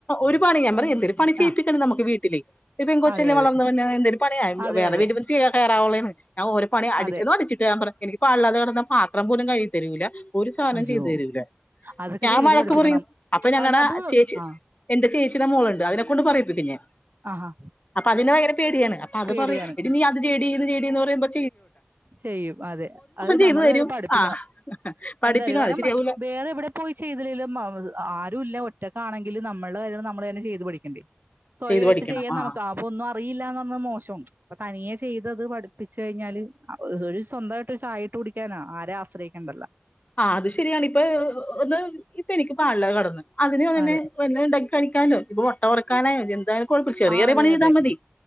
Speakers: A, on the left; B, on the right.
A: ഒരു പണി ഞാൻ പറയും പിന്നെ പണി ചെയ്യിപ്പിക്കുമ്പോ
B: ആഹ്
A: ഇല്ല്യേ നമുക്ക് വീട്ടിലേക്ക് ഇപ്പോ പെൺകൊച്ചല്ലേ
B: അതെ അതെ
A: വളർന്ന് വരണേ എന്തെങ്കിലും പണിയായി
B: അതെ
A: വേറെ
B: അതെ
A: വീട്ടിൽ പോയി ചെന്ന് കേറാനുള്ളതാണ് ഞാൻ ഓരോ പണി അടിച്ച്
B: അതെ
A: തുടച്ചിടാൻ പറഞ്ഞു <unintelligible> കിടന്നാ പാത്രം പോലും കഴികി തരൂലാ. ഒരു സാധനം
B: അയ്യോ
A: ചെയ്തു തരില്ല
B: അതൊക്കെ
A: ഞാൻ
B: ചെയ്ത്
A: വഴക്ക്
B: പഠിപ്പിക്കണം
A: പറയും അപ്പോ ഞങ്ങളുടെ
B: അത് അത്
A: ചേച്ചി
B: ആഹ്
A: എന്റെ ചേച്ചി ടെ മോളിണ്ട് അതിനെക്കൊണ്ട് പറയി ക്കും ഞാൻ.
B: ആഹാ
A: അപ്പോ അതിന് ഭയങ്കര പേടിയാണ് അപ്പോ അത്
B: പേടിയാണ്
A: പറയും എടി നീ അത് ചെയ്യെടീ ഇത് ചെയ്യടീന്നു <unintelligible>
B: ചെയ്യും അതെ അത്
A: ചെയ്തു
B: നമ്മള്
A: തരും
B: അത് പഠിപ്പിക്കണം
A: ആ പഠിപ്പിക്കണം
B: എന്താ അറിയോ കാരണം
A: അത് ശരിയാവൂല
B: വേറെ എവിടെ പോയി ചെയ്തില്ലേലും ആരും ഇല്ല ഒറ്റക്കാണെ ങ്കിലും നമ്മടെ കാര്യങ്ങള് നമ്മൾ തന്നെ ചെയ്ത് പഠിക്കണ്ടേ സ്വയായിട്ട്
A: ചെയ്ത് പഠിക്കണം
B: ചെയ്യാൻ
A: ആ
B: നമുക്ക് അപ്പോ ഒന്നും <unintelligible> അറിയിലാന്ന് പറയണ മോശമാണ് അപ്പോ തനിയെ ചെയ്തത് പഠിപ്പിച്ചു കഴിഞ്ഞാല് ഒരു സ്വന്തമായിട്ട് ഒരു ചായയിട്ട് കുടിക്കാനാ ആരെയും ആശ്രയിക്കേണ്ടല്ലാ.
A: ആ അത് ശരിയാണ് ഇപ്പൊ ഒന്ന് ഇപ്പ എനിക്ക് പാടില്ല കടന്ന് അതിനന്നെ
B: അതെ
A: വല്ലതും ഉണ്ടാക്കി കഴിക്ക- കഴിക്കാലോ ഒരു മുട്ട വറക്കാനാ എന്തായാലും കുഴപ്പമില്ല ചെറിയ
B: ആ
A: ചെറിയ
B: അതെ
A: പണി ചെയ്താൽ
B: അതെ
A: മതി